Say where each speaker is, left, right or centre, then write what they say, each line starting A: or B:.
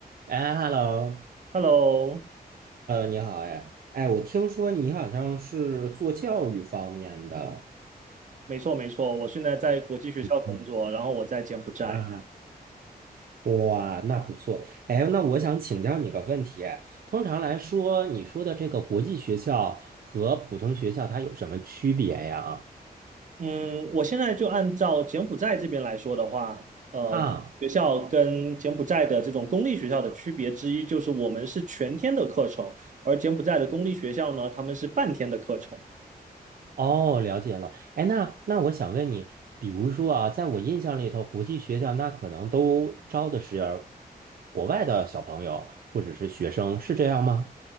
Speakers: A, on the right; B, on the right.
A: 哎，hello，hello，
B: Hello，
A: 你好，哎，哎，我听说你好像是做教育方面的，
B: 没错没错，我现在在国际学校工作，
A: 嗯，
B: 然后我在柬埔寨。
A: 哇哇，那不错。哎，那我想请教你个问题，通常来说，你说的这个国际学校和普通学校它有什么区别呀？
B: 嗯，我现在就按照柬埔寨这边来说的话，呃，
A: 啊，
B: 国际学校跟柬埔寨的这种公立学校的区别之一就是我们是全天的课程，而柬埔寨的公立学校呢，他们是半天的课程。
A: 哦，了解了。哎，那那我想问你，比如说啊，在我印象里头，国际学校那可能都招的是国外的小朋友或者是学生，是这样吗？